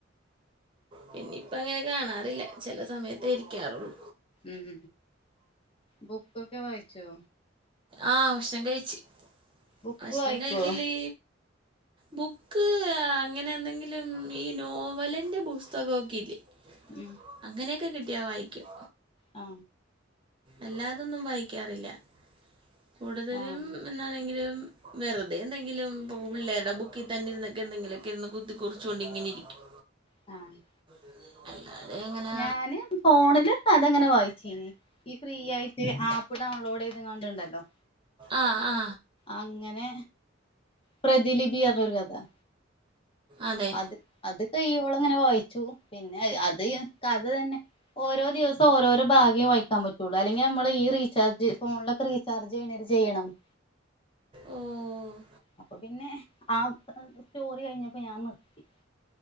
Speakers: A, on the right (about 25°); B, on the left (about 30°).
A: പിന്നെ ഇപ്പങ്ങനെ കാണാറില്ല ചെല സമയത്തേ ഇരിക്കാറുള്ളൂ.
B: ഉം ബുക്കൊക്കെ വായിച്ചോ
A: ആ ഭക്ഷണം കഴിച്ച്.
B: ബുക്ക്
A: ഭക്ഷണം
B: വായിക്കോ
A: കഴിക്കല് ബുക്ക് അങ്ങനെ എന്തെങ്കിലും ഈ നോവലിന്റെ പുസ്തക ഒക്കെ ഇല്ലേ
B: ഉം
A: അങ്ങനെയൊക്കെ കിട്ട് കിട്ട്യാ വായിക്കും.
B: ആ
A: അല്ലാതൊന്നും വായിക്കാറില്ല. കൂടുതലും
B: ആഹ്
A: എന്നാലെങ്കിലും വെറുതെ എന്തെങ്കിലും ഇപ്പൊ പിള്ളേരുടെ ബുക്കി തന്നെ ഇരുന്നൊക്കെ എന്തെങ്കിലുമൊക്കെ ഇരുന്ന് കുത്തി കുറിച്ച് ക്കൊണ്ട് ഇങ്ങനെ ഇരിക്കും.
B: ആ-
A: <inaudible> അങ്ങനെ
B: ഞാന് ഫോണില് കഥ ഇങ്ങനെ വായി ക്കും ഈ ഫ്രീ ആയി- ദീ ആപ്പ് ഡൗൺലോഡെയ്ത് കാണ്ട്ണ്ടല്ലോ
A: ആ ആ
B: ആങ്ങ് അങ്ങനെ പ്രതിലിപി അത് ഒരു കഥ-
A: അതെ
B: അത് അത്- ഇവള്ങ്ങനെ വായിച്ചു പിന്നെ അത് യ്യ് കഥ തന്നെ ഓരോ ദിവസോം ഓരോരോ ഭാഗ്യെ വായിക്കാൻ പറ്റുള്ളൂയല്ലെങ്കിൽ നമ്മള് ഈ റീചാർജ് ഫോണിലൊക്കെ റീചാർജ് ചെയ്യണാരി ചെയ്യണം-
A: ഓ-
B: അപ്പ പിന്നെ ആ സ്റ്റോറി കഴിഞ്ഞപ്പോ ഞാൻ നിർത്തി-